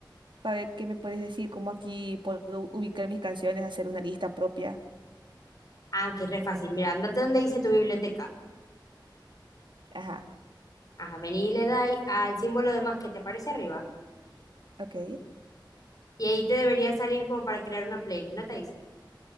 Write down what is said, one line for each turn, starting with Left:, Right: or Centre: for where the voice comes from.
Right: para ver qué me puedes decir, cómo aquí puedo ubicar mis canciones, hacer una lista propia.
Left: Ah, ok, re fácil. Mira, andate donde dice tu biblioteca.
Right: Ajá,
Left: Ajá, vení y le dais al símbolo de más que te aparece arriba.
Right: ok.
Left: Y ahí te debería salir como para crear una playlist, ¿no te dice?